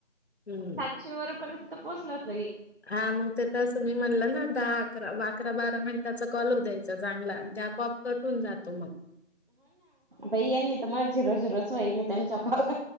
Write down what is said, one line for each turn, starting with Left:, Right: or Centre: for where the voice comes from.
Left: हम्म,
Right: सातशे वर पर्यंत पोहोचलात लगे
Left: हा मग ते तरं अस मी म्हणलं ना दा अकरा अकरा बारा मिनिटाचा कॉल होऊ द्यायचा चांगला. ते आपोआप कट होऊन जातो मग.
Right: बई आणि तर माझी रोजी रोजच व्हायलय त्यांच्या कॉलला.